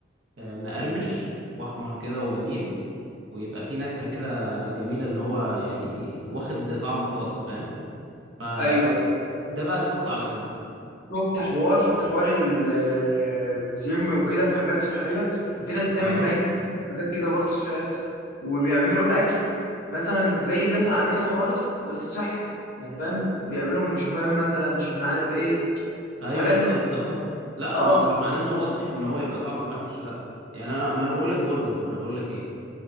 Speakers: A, on the right; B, on the left.
A: آه، مقرمش وأحمر كده وجميل ويبقى فيه نكهة كده جميلة إن هو يعني واخد طعم الطاسة فاهم فده
B: ايوه
A: بقى تحطه على جنب
B: شفت حوار شفت حوار ال- الجيم وكده في حاجات صحية كان في ناس بتعمل
A: اه
B: بنك حاجات كده برضه صحية وبيعملوا أكل مثلا زي الناس العادية خالص بس صحي يعني فاهم بيعملوا من شوفان مثلا مش من عارف إيه
A: ايوه
B: حاجات
A: بالظبط
B: بت...
A: اه لا
B: آه
A: ما هو
B: ف-
A: مش معناه ان هو صحي ان هو يبقى طعمه وحش لا يعني انا ما انا بقول لك برجر انا بقول لك ايه